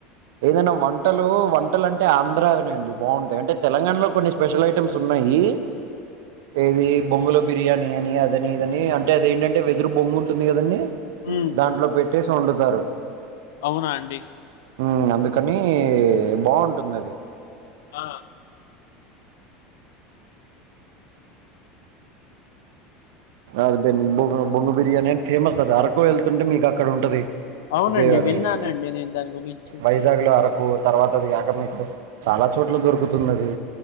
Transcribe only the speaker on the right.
ఏదైనా వంటలు వంటలు అంటే ఆంధ్రావి అండి బాగుంటాయి అంటే తెలంగాణలో కొన్ని స్పెషల్ ఐటమ్స్ ఉన్నాయి ఏది బొంగులో బిర్యానీ అని అదని ఇదని అంటే అదేంటంటే వెదురు బొంగు ఉంటుంది కదండీ
దాంట్లో పెట్టేసి వండుతారు
ఉమ్మ్ అందుకని బాగుంటుంది అది
అది బ బొ బొంగు బిర్యానీ అని ఫేమస్ అది అరకు వెళ్తుంటే మీకు అక్కడ ఉంటది
విజయవాడలో
వైజాగ్ లో అరకు తర్వాత అది కాక మీకు చాలా చోట్ల దొరుకుతున్నది